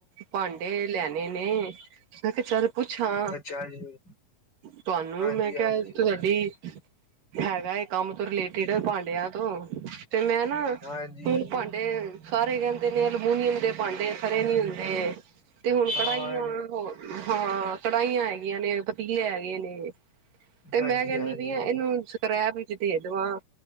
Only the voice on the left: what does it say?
ਅੱਛਾ ਜੀ
ਹਾਂਜੀ
ਹਾਂਜੀ
ਹਾਂਜੀ
ਹਾਂਜੀ
ਹਾਂ
ਹਾਂਜੀ
ਹਾਂਜੀ